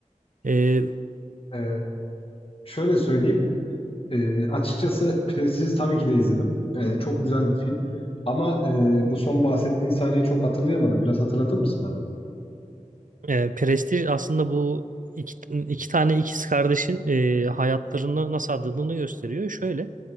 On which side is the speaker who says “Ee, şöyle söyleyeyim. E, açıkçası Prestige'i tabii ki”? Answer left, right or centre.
Left